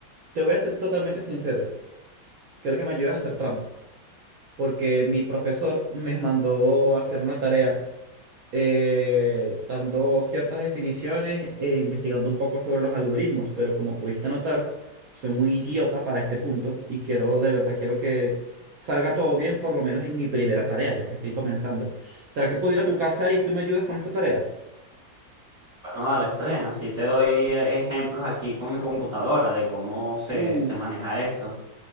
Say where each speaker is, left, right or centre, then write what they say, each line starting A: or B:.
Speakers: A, on the right; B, on the right.
A: te voy a ser totalmente sincero. Creo que me ayudas a hacer trampa. porque mi profesor me mandó a hacer una tarea eh, dando ciertas definiciones e investigando un poco sobre los algoritmos, pero como pudiste notar, soy muy idiota para este punto y quiero, de verdad, quiero que salga todo bien, por lo menos en mi primera tarea, ya que estoy comenzando. ¿Será que puedo ir a tu casa y tú me ayudas con esta tarea?
B: Bueno, dale, está bien. Así te doy eh, ejemplos aquí con mi computadora de cómo se,
A: Uf,
B: se maneja eso.